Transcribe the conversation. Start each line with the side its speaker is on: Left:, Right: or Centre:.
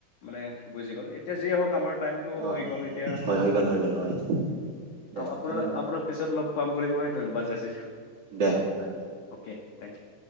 Left: মানে বুজি গ'ল এতিয়া যিয়ে হওক আমাৰ টাইম টো
Right: অ
Left: হৈ গ'ল এতিয়া
Right: হয় হৈ গ'ল হৈ গ'ল হয় দে
Left: আপোনাৰ
Right: ধন্যবাদ
Left: আপোনাৰ পিছত লগ পাম বুলি মই ধন্যবাদ যাচিছো।
Right: দে হয়
Left: অকে থেংক ইউ